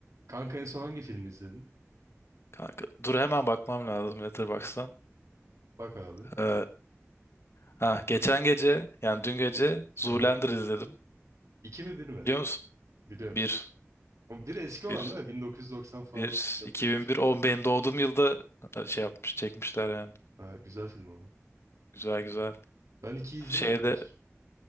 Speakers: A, on the right (about 80°); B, on the left (about 55°).
A: Kanka en son hangi filmi izledin?
B: Kanka, dur hemen bakmam lazım Letterboxd'dan.
A: Bak abi.
B: Ee, ha, geçen gece yani dün gece Zoolander
A: Aha.
B: izledim.
A: İki mi bir mi?
B: Biliyor musun?
A: Biliyorum.
B: Bir,
A: Ama bir eski olan
B: bir,
A: değil mi? 1990 falan
B: bir,
A: yapımı
B: 2001
A: bir şey.
B: o benim doğduğum yılda e, şey yapmış çekmişler yani.
A: Ha, güzel film ama.
B: Güzel güzel.
A: Ben ikiyi izlemedim
B: Şeyde
A: hiç.